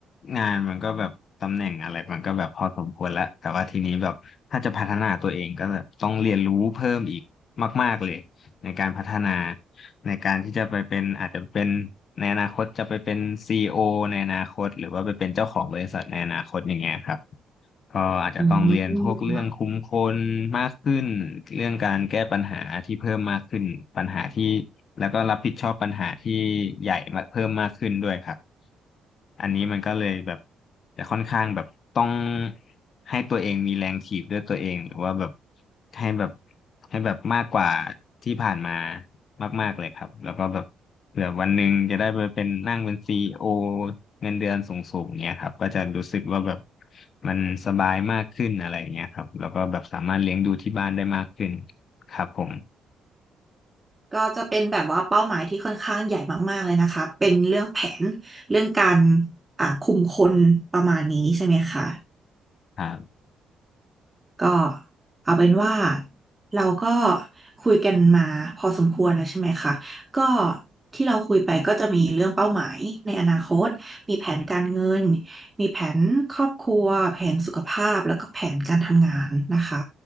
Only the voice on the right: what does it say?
อืม
ก็จะเป็นแบบว่าเป้าหมายที่ค่อนข้างใหญ่มากๆเลยนะคะ เป็นเรื่องแผนเรื่องการอ่าคุมคนประมาณนี้ใช่ไหมคะ
ก็เอาเป็นว่าเราก็คุยกันมาพอสมควรแล้วใช่ไหมคะก็ที่เราคุยไปก็จะมีเรื่องเป้าหมายในอนาคตมีแผนการเงินมีแผนครอบครัวแผนสุขภาพแล้วก็แผนการทำงานนะคะ